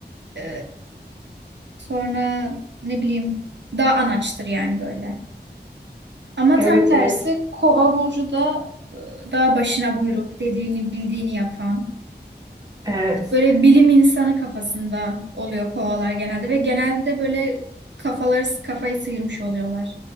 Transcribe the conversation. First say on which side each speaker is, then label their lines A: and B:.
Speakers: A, on the right (about 80°); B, on the right (about 20°).
A: e, sonra ne bileyim daha anaçtır yani böyle. Ama
B: evet,
A: tam tersi
B: evet,
A: kova burcu da e, daha başına buyruk dediğini bildiğini yapan.
B: evet.
A: Böyle bilim insanı kafasında oluyor kovalar genelde ve genelde böyle kafaları kafayı sıyırmış oluyorlar.